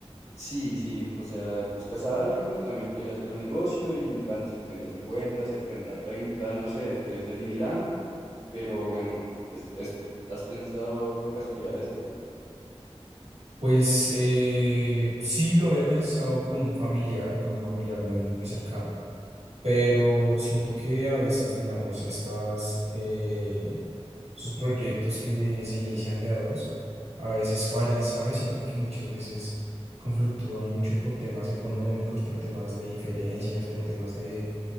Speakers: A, on the left; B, on the right.
A: Sí, sí, o sea, buscas a alguien que también quiera hacer un negocio y van cincuenta-cincuenta, setenta-treinta, no sé, ustedes definirán. Pero bueno, es- esto. ¿Has pensado de casualidad esto?
B: Pues eh, sí lo había pensado con un familiar, con un familiar muy, muy cercano. pero siento que a veces, digamos, estas, eh, esos proyectos que se inician de a dos, a veces fallan, ¿sabes? Siento que muchas veces conflictúan mucho por temas económicos, por temas de diferencias, por temas de,